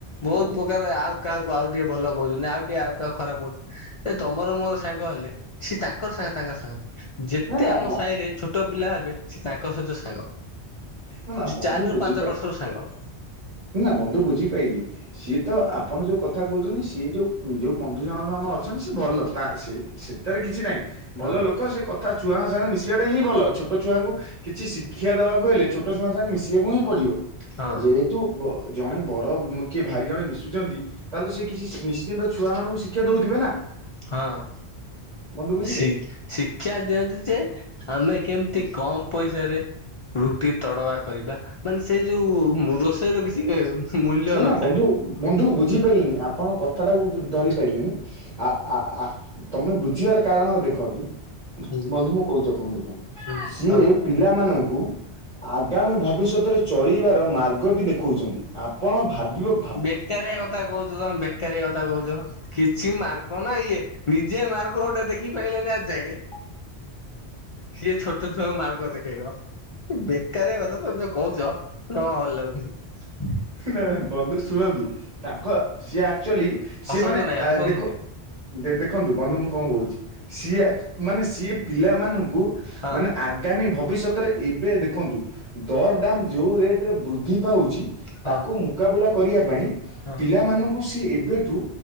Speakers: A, on the left; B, on the right.
A: ବହୁତ
B: ଆଜ୍ଞା
A: ପ୍ରକାର ଆଉ କାହାକୁ ଆଉ ଟିକେ ଭଲ କହୁଛନ୍ତି ଆଉ ଟିକେ ଆଉ କାହାକୁ ଖରାପ କହୁଛନ୍ତି ଏ ତମର ମୋର ସାଙ୍ଗ ହେଲେ ସିଏ ତାଙ୍କର ତାଙ୍କ ସାଙ୍ଗ। ଯେତେ
B: ନା ନା
A: ଆମ
B: ବ
A: ସାହିରେ ଛୋଟ ପିଲା ହେବେ। ସେ ତାଙ୍କ ସହିତ ସାଙ୍ଗ
B: ନା ନା ବନ୍ଧୁ
A: ଚାରି ରୁ
B: ବୁଝିପାର
A: ପାଞ୍ଚ ବର୍ଷରୁ ସାଙ୍ଗ।
B: ନା ବନ୍ଧୁ ବୁଝିପାଇଲି। ସିଏ ତ ଆପଣ ଯୋଉ କଥା କହୁଛନ୍ତି ସିଏ ଯୋଉ ଯୋଉ ବନ୍ଧୁ ଜଣକ ଆମ ଅଛନ୍ତି ସେ ଭଲ ତା ସେ। ସେଟାରେ କିଛି ନାହିଁ ଭଲ
A: ହଁ
B: ଲୋକ ସେ କଥା ଛୁଆଙ୍କ ସାଙ୍ଗେ ମିଶିବାଟା ହିଁ ଭଲ। ଛୋଟ ଛୁଆଙ୍କୁ କିଛି ଶିକ୍ଷା ଦବାକୁ ହେଲେ ଛୋଟ ଛୁଆ ଙ୍କ ସହ ମିଶିବାକୁ ହିଁ ପଡିବ।
A: ହଁ
B: ଯେହେତୁ ବ ଜଣେ ବର କିଏ ଭାଇ ଜଣେ ମିଶୁଛନ୍ତି ତାହେଲେ ସେ କିଛି ନିଶ୍ଚିନ୍ତ ଛୁଆ ମାନଙ୍କୁ ଶି ଶିକ୍ଷା ଦଉଥିବେ ନା
A: ହଁ
B: ବନ୍ଧୁ ବୁଝିଲେ।
A: ସି ଶିକ୍ଷା ଦିଅନ୍ତି ଯେ ଆମେ କେମିତି କମ ପଇସାରେ ରୁଟି ତଡକା କରିବା ମାନେ ସେ ଯୋଉ ରୋଷେଇର କିଛି ମୂଲ୍ୟ
B: ନା
A: ନଥାଏ।
B: ନା ବନ୍ଧୁ ବନ୍ଧୁ ବୁଝିପାଇଲେନି ଆପଣ କଥାଟାକୁ ଧରି ପାଇଲେନି। ଆ ଆ ତମେ ବୁଝିବାର କାରଣ ଦେଖନ୍ତୁ।
A: ହୁଁ
B: ବନ୍ଧୁ ମୁଁ କହୁଛି ଆପଣଙ୍କୁ ଦେଖନ୍ତୁ
A: ହୁଁ
B: ସିଏ
A: ହଁ।
B: ପିଲାମାନଙ୍କୁ ଆଗାମୀ ଭବିଷ୍ୟତରେ ଚଳିବାର ମାର୍ଗଟି ଦେଖଉଛନ୍ତି। ଆପଣ ଭାବିବାକୁ
A: ବେକାରିଆ କଥା କହୁଛ ତମେ ବେକାରିଆ କଥା କହୁଛ କିଛି ମାର୍ଗ ନା ଇଏ। ନିଜେ ମାର୍ଗ ଗୋଟେ ଦେଖି ପାଇଲେନି ଆଜି ଯାକେ। ସିଏ ଛୋଟ ଛୁଆଙ୍କୁ ମାର୍ଗ ଦେଖେଇବ। ବେକାରିଆ କଥା ତମେ ଯୋଉ କହୁଛ ଜମା ଭଲ ଲାଗୁନି।
B: ନା ନା ବନ୍ଧୁ ଶୁଣନ୍ତୁ ତାଙ୍କ ସିଏ ଆକ୍ଚୁଆଲି
A: ହସନ୍ତୁ
B: ସିଏ ମାନେ
A: ନାଇଁ ହସନ୍ତୁ
B: ଦେଖ।
A: ନାଇଁ
B: ଦେ ଦେ ଦେଖନ୍ତୁ ବନ୍ଧୁ ମୁଁ କଣ କହୁଛି ସିଏ ମାନେ ସିଏ ପିଲାମାନଙ୍କୁ
A: ହଁ
B: ମାନେ ଆଗାମୀ ଭବିଷ୍ୟତରେ ଏବେ ଦେଖନ୍ତୁ। ଦର ଦାମ ଯେଉଁ ରେଟରେ ବୃଦ୍ଧି ପାଉଛି
A: ହଁ
B: ତାକୁ ମୁକାବିଲା କରିବା ପାଇଁ।
A: ହଁ
B: ପିଲାମାନଙ୍କୁ ସିଏ ଏବେଠୁ